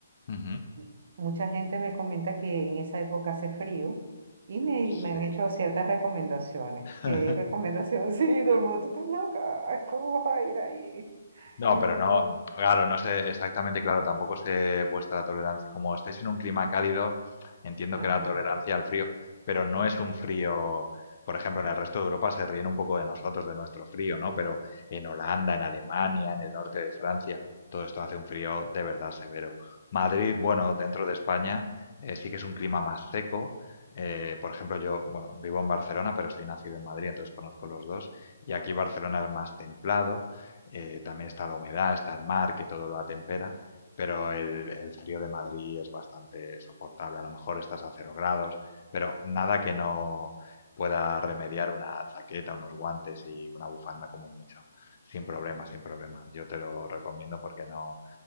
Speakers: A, on the left; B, on the right.
A: Ujú.
B: Y Mucha gente me comenta que en esa época hace frío y me,
A: Sí.
B: me han hecho ciertas recomendaciones.
A: <laughs>
B: ¿Qué recomendación? <laughs> Sí, todo el mundo, tú estás loca, ¿cómo vas a ir ahí?
A: No,
B: Y yo,
A: pero
B: ¿qué
A: no,
B: cómo?
A: claro, no sé exactamente, claro, tampoco sé vuestra tolerancia. Como estáis en un clima cálido, entiendo
B: Ajá,
A: que la tolerancia al frío, pero no es un frío, por ejemplo, en el resto de Europa se ríen un poco de nosotros, de nuestro frío, ¿no? Pero en Holanda, en Alemania, en el norte de Francia, todo esto hace un frío de verdad severo. Madrid, bueno, dentro de España, eh, sí que es un clima más seco. Eh, por ejemplo, yo, bueno, vivo en Barcelona, pero soy nacido en Madrid, entonces conozco los dos. Y aquí Barcelona es más templado eh, también está la humedad, está el mar, que todo lo atempera, pero el, el frío de Madrid es bastante soportable. A lo mejor estás a cero grados, pero nada que no pueda remediar una chaqueta, unos guantes y una bufanda como mucho. Sin problema, sin problema. Yo te lo recomiendo porque no,